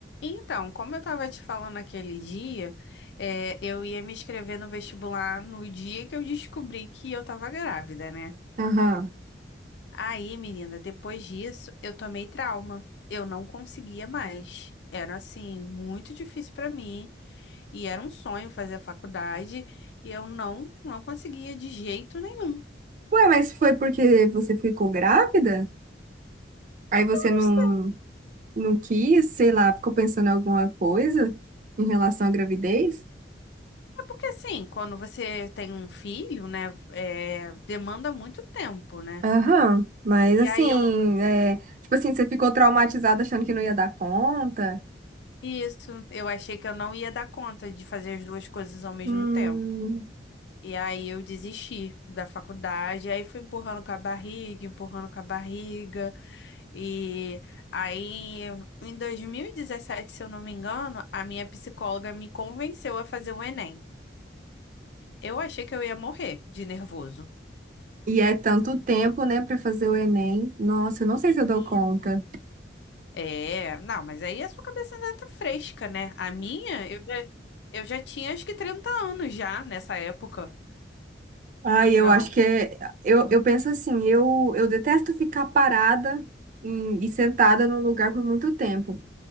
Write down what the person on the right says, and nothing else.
Aham.
Ué, mas foi porque você ficou grávida? Aí você
não,
não quis, sei lá, ficou pensando em alguma coisa em relação à gravidez?
Aham. Mas
assim,
é, tipo assim, você ficou traumatizada achando que não ia dar conta?
Hum.
E é tanto tempo, né, pra fazer o Enem. Nossa, eu não sei
se eu dou conta.
Ai, eu
acho que é, eu, eu penso assim, eu, eu detesto ficar parada em- e sentada num lugar por muito tempo.